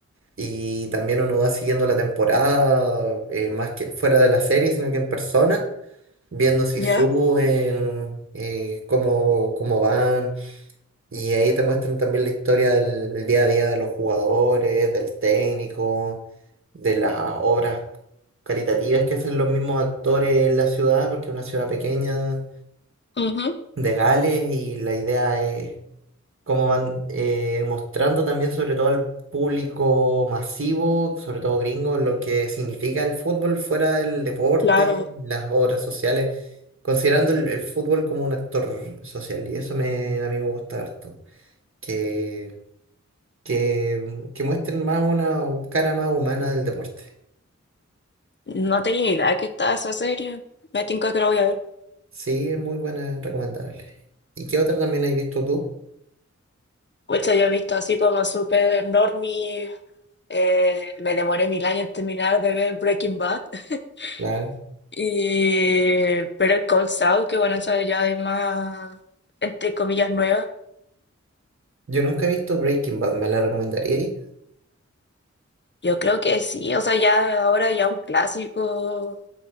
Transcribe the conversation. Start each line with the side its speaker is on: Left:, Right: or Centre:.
Right: y también uno va siguiendo la temporada, eh, más que fuera de la serie, sino que en persona, viendo si
Left: Ya,
Right: suben, eh, cómo, cómo van. Y ahí te muestran también la historia del del día a día de los jugadores, del técnico de las obras caritativas que hacen los mismos actores en la ciudad, porque es una ciudad pequeña
Left: ujú,
Right: de Gales y la idea es cómo van eh, mostrando también sobre todo al público masivo, sobre todo gringo, lo que significa el fútbol fuera del deporte,
Left: Claro,
Right: las obras sociales, considerando el, el fútbol como un actor social y eso me, a mí me gusta harto, que, que, que muestren más una cara más humana del deporte.
Left: no tenía idea que estaba esa serie. Me tinca que la voy a ver.
Right: Sí, es muy buena, recomendable. ¿Y qué otra también has visto tú?
Left: Pucha, yo he visto así como súper normie. eh, me demoré mil años en terminar de ver Breaking Bad. <laughs>
Right: Claro.
Left: Y... Pero el Cold Saul, que bueno, esa ya es más, entre comillas, nueva.
Right: Yo nunca he visto Breaking Bad, ¿me la recomendaríais?
Left: Yo creo que sí, o sea, ya ahora ya un clásico